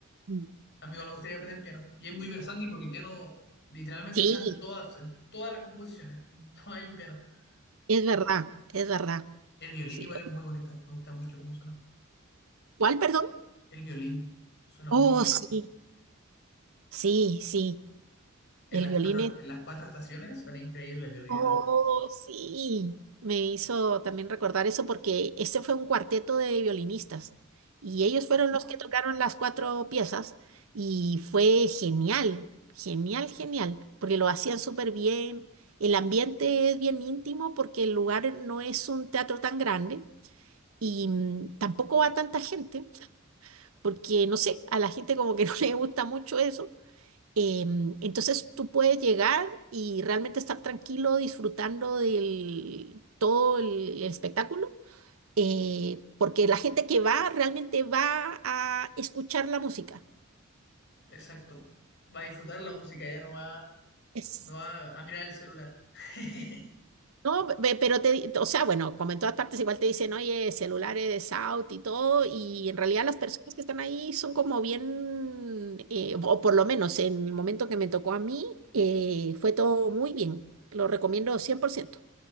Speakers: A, on the right; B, on the left.
A: Mm.
B: A mí igual me gustaría aprender piano. Y es muy versátil porque el piano literalmente
A: Sí,
B: está en todas, en todas las composiciones. En <laughs> todas hay un piano.
A: es verdad, es verdad.
B: El violín
A: Sí.
B: igual es muy bonito. Me gusta mucho cómo suena.
A: ¿Cuál, perdón?
B: El violín suena muy
A: Oh, sí,
B: lindo.
A: sí, sí.
B: En
A: El
B: las
A: violín
B: cuatro,
A: es.
B: en las cuatro estaciones suena increíble el violín.
A: Oh,
B: del-
A: sí. Me hizo también recordar eso porque ese fue un cuarteto de violinistas y ellos fueron los que tocaron las cuatro piezas y fue genial, genial, genial, porque lo hacían súper bien. El ambiente es bien íntimo porque el lugar no es un teatro tan grande y mm, tampoco va tanta gente. porque no sé, a la gente como que <laughs> no le gusta mucho eso. Em, entonces tú puedes llegar y realmente estar tranquilo disfrutando del todo el, el espectáculo, eh, porque la gente que va realmente va a escuchar la música.
B: Exacto. Va a disfrutar la música, ya no va,
A: es
B: no va a mirar el celular. <laughs>
A: No, ve- pero te, di- o sea, bueno, como en todas partes igual te dicen, oye, celulares de South y todo, y en realidad las personas que están ahí son como bien, eh, o por lo menos en el momento que me tocó a mí, eh, fue todo muy bien. Lo recomiendo cien por ciento